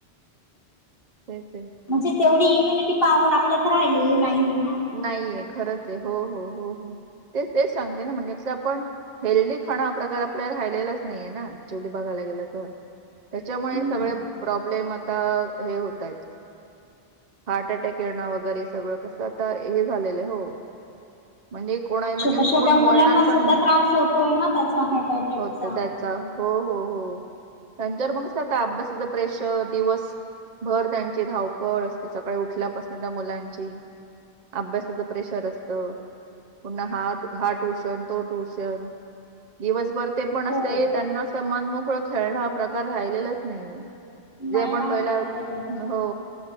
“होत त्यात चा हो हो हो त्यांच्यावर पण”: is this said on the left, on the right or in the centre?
Right